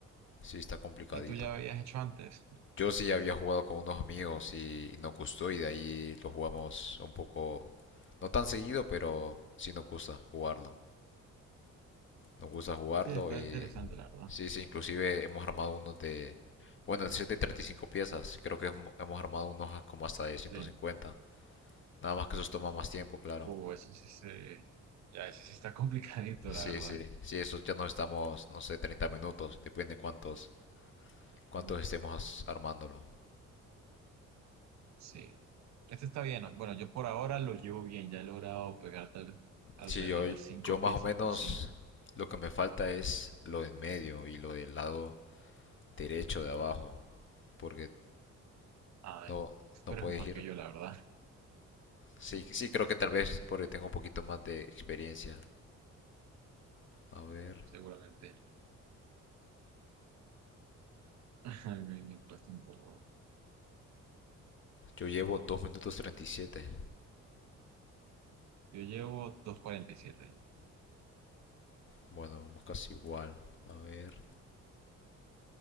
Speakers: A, on the left; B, on the right.
A: sí está complicadito.
B: ¿Y tú ya habías hecho antes?
A: Yo sí había jugado con unos amigos y, nos gustó y de ahí lo jugamos un poco, no tan seguido, pero sí nos gusta jugarlo. Nos gusta jugarlo
B: Sí, está
A: y
B: interesante, la verdad.
A: sí, sí, inclusive hemos armado unos de, bueno, ese es de 35 piezas, creo que hemo- hemos armado unos como hasta de ciento
B: Sí.
A: cincuenta. Nada más que esos toma más tiempo, claro.
B: Uh, eso sí se... Ya, eso sí está <laughs> complicadito,
A: Sí,
B: la verdad.
A: sí, sí, esos ya nos estamos, no sé, 30 minutos, depende cuántos cuántos
B: Mm,
A: estemos armándolo.
B: Sí. Este está bien. ¿no? Bueno, yo por ahora lo llevo bien. Ya he logrado pegar tal- alrededor
A: Sí, yo,
B: de cinco
A: yo más
B: piezas
A: o menos
B: o así.
A: lo que me falta es lo en medio y lo del lado derecho de abajo. Porque
B: A ver,
A: no, no
B: tú eres
A: puedes
B: mejor
A: ir.
B: que yo, la verdad.
A: Sí, sí, creo que tal vez porque tengo un poquito más de experiencia. A ver.
B: Seguramente. <laughs> Me, me cuesta un poco.
A: Yo llevo 2 minutos 37.
B: Yo llevo doscientos cuarenta y siete
A: Bueno, vamos casi igual. A ver.